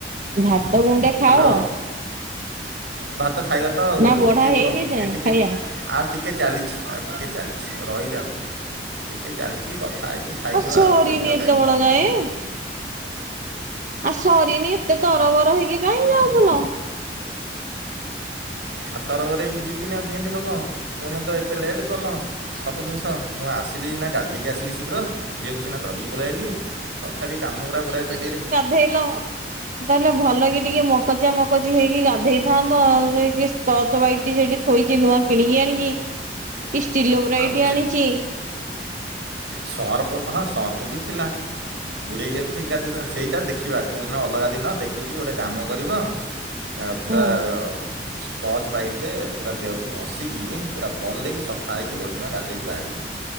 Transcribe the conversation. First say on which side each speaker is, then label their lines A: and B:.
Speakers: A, on the right; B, on the right.
A: ଭାତ ଗୁଣ୍ଡେ ଖାଅ।
B: ହ୍ୟାଲୋ ଭାତ ଖାଇବା ତ ଆଉ
A: ନା ବଢା
B: ଟିକେ
A: ହେଇନି
B: ରୁହ
A: ଯାଏଁ
B: ଏ ଟିକେ
A: ଖାଇବା?
B: ଆଉ ଟିକେ ଚାଲିଛି ଆଉ ଟିକିଏ ଚାଲିଛି ରହିଯାଅ ଟିକିଏ ଚାଲଚି କଥା ହେଇକି ଖାଇକି ବା
A: ସରିନି
B: ଆଉ ବ୍ୟସ୍ତ
A: ଏତେ
B: କାହିଁକି।
A: ବେଳ ଯାଏଁ? ଆଉ ସରିନି ଏତେ ତରବର ହେଇକି କାଇଁକି ଯାଉଥଲ।
B: ଆଉ ତରବର ହେଇକି ଯିବିନି ଆଉ କେନ୍ତି ହବ ତମେ ତ ଏତେ ଲେଟ୍ କଲ ସବୁ ଜିନିଷ। ମୁଁ ଆସିଲି ସିନା ଗାଧୋଇକି ଆସିଲି ଶୀଘ୍ର। ଝିଅକୁ ସିନା ଧରିକି ପଳେଇଆଇଲି ତଥାପି କାମ ଗୁରାକ ଗୁଡାଏ ପେଣ୍ଡିଙ୍ଗରେ
A: ଧେଇଲ ତାହେଲେ ଭଲ କି ଟିକେ ମକଚା ମକଚି ହେଇକି ଗାଧେଇଥାନ୍ତ ଆଉ ଯେ କି ଟଚ୍ ୱାଇଟ୍ ସେଇଟି ଥୋଇଚି ନୂଆ କିଣିକି ଆଣିକି କି ଷ୍ଟିଲୋ ବ୍ରାଇଟି
B: ଆଉ ଗୋଟେ
A: ଆଣିଚି।
B: ସର୍ପ ହଁ ସର୍ପ ବି ଥିଲା ବୁଡେଇକି ଏଥେ ଗାଧେଇଥାନ୍ତି। ସେଇଟା ଦେଖିବା କୋଉଦିନ ଅଲଗା ଦିନ ଦେଖିକି ଗୋଟେ କାମ କରିବ ଏ ପୁରା
A: ହଁ
B: ସ୍କଚ୍ ବାଇଟରେ ପୁରା ଦେହକୁ ଘଷିକି ପୁରା ଭଲେ କି ସ ଖାଇକି ଗୋଟେ ଦିନ ଗାଧେଇକି ବାହାରିବି।